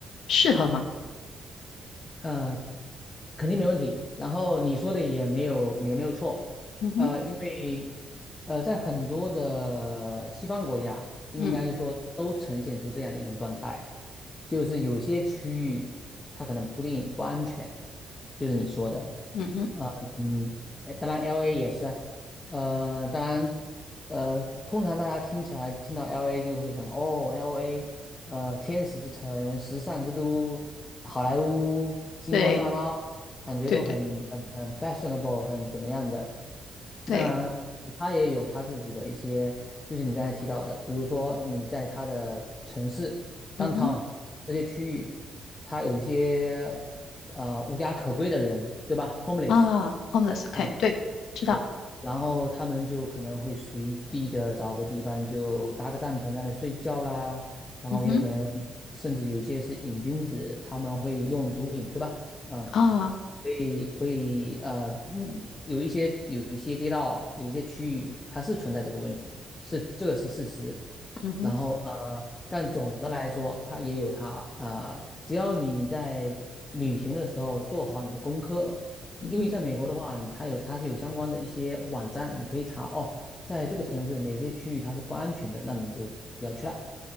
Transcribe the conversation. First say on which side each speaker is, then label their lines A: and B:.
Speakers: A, on the left; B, on the left.
A: 适合吗？
B: 呃，肯定没问题。然后你说的也没有也没有错，
A: 嗯哼，
B: 呃，因为呃，在很多的西方国家，应该说都呈现出这样一种状态，
A: 嗯
B: 就是有些区域它可能不定不安全，就是你说的，
A: 嗯哼，
B: 呃嗯，呃当然 LA 也是啊，呃，当然，呃，通常大家听起来听到 LA 就会想，哦，LA。呃，天使之城、时尚之都、好莱坞、星光大道，
A: 对
B: 感觉都很很很
A: 对对
B: fashionable，很怎么样的。
A: 对，
B: 当然，它也有它自己的一些，就是你刚才提到的，比如说你在它的城市 downtown
A: 嗯哼
B: 这些区域，它有一些呃无家可归的人，对吧？homeless。
A: 啊，homeless，OK，
B: 啊。
A: 对，知道，
B: 对，然后他们就可能会随地的找个地方就搭个帐篷在那里睡觉啦，然后也可能甚至有一些是瘾君子，
A: 嗯哼
B: 他们会用毒品，对吧？嗯，
A: 啊，
B: 所以所以呃，嗯，有一些有一些街道，有一些区域，它是存在这个问题，是这个是事实。
A: 嗯哼
B: 然后呃，但总的来说，它也有它啊。只要你在旅行的时候做好你的功课，因为在美国的话，
A: 嗯哼。
B: 它有它是有相关的一些网站，你可以查哦，在这个城市哪些区域它是不安全的，那你就不要去了。